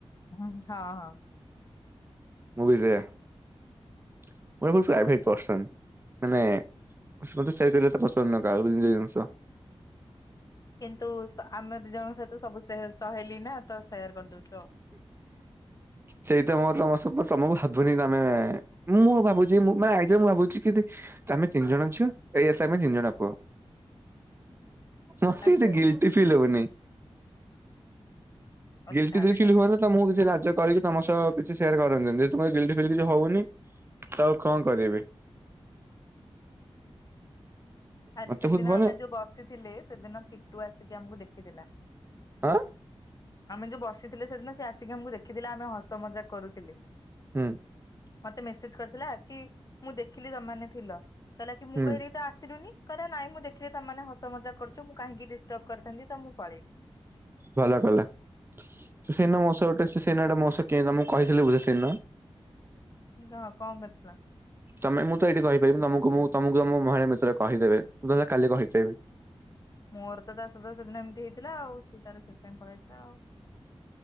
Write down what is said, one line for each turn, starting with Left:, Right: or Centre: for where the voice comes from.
Left: ହୁଁ ହଁ ହଁ।
Right: ମୁବି ସେଇୟା ମୁଁ ଏବେ ପର୍ଯ୍ୟଭେ ପର୍ଶନ। ଅସ ମତେ ସେଇଥିରେ ତ ପସନ୍ଦ ନୁହେଁ କାହାକୁ ନିଜ ଜିନିଷ।
Left: କିନ୍ତୁ ସ୍ ଆମେ ଦି ଜଣଙ୍କ ସହିତ ସବୁ ସହଲି ନା ତ ସେୟାର କରିଦଉଛୁ ଆଉ।
Right: ସେଇ ତ ମ ତମ ସବୁ ତମକୁ ଭାବୁନି ତମେ ମୁଁ ଭାବୁଛି ମା ଆଇରେ ମୁଁ ଭାବୁଛି କି ଦି ତ ଆମେ ତିନି ଜଣ ଝିଅ ଏଇଆ ତ ଆମେ ତିନି ଜଣ ପୁଅ। ମତେ
Left: ଆଚ୍ଛା
Right: କିଛି
Left: ଆଚ୍ଛା
Right: ଗିିଲଟି ଫିଲ୍ ହବନି
Left: ଆଚ୍ଛା।
Right: ଗିଲଟି
Left: ଆଚ୍ଛା।
Right: ଦିଲ ଫିଲ୍ ହୁଅ ତା ମୁଁ କିଛି ଲାଜ କରିକି ତମ ସହ କିଛି ସେୟାର କରନ୍ତି ତମର ଗିଲଟି ଫିଲ୍ କିଛି ହୋଉନି ତୋ ଆଉ କଣ କରିବି
Left: ଆଜି
Right: ମତେ
Left: ସେଦିନ
Right: ବହୁତ ମାନେ
Left: ଆମେ ଯୋଉ ବସିଥିଲେ ସେଦିନ କିଟୁ ଆସିକି ଆମକୁ ଦେଖିଥିଲା।
Right: ଆଁ?
Left: ଆମେ ଯୋଉ ବସିଥିଲେ ସେଦିନ ସେ ଆସିକି ଆମକୁ ଦେଖିଥିଲେ ଆମେ ହସ ମଜାକ କରୁଥିଲେ।
Right: ହୁଁ।
Left: ମତେ ମେସେଜ କରିଥିଲା କି ମୁଁ ଦେଖିଲି ତମେନେ ଥିଲା କହିଲା କି ମୁଁ
Right: ହୁଁ
Left: କହିଲି ତ ଆସିଲୁନି କହିଲା ନାଇଁ ଦେଖିଲି ତମାନେ ହସ ମଜା କରୁଚ ମୁଁ କାହିଁକି ଡିଷ୍ଟର୍ବ କରିଥାନ୍ତି ତ ମୁଁ ପଳେଇଲି।
Right: ଭଲ କଲା ସେ ସେଇନ ମୋସହ ଗୋଟେ ସେ ସେନା ଗୋଟେ ମସ କେ ତମଁ କହିଥିଲି ବୁଝେ ସେନ?
Left: ନୀଗା କଁ କରିଥିଲା?
Right: ତମେ ମୁଁ ତ ଏଇଠି କହିପାରିବି ତମକୁ ମୁଁ ତମକୁ ଆମ ମହିଳା ମିତ୍ର କହିଦେବେ ମୁଁ ତାସ କାଲି କହିଚିବି।
Left: ମୋର ତ ତା ସହିତ ସେଦିନ ଏମିତି ହେଇଥିଲା ଆଉ ସିଏ ତାର ସେଥିପାଇଁ ପଳେଇାଇଥିଲା ଆଉ।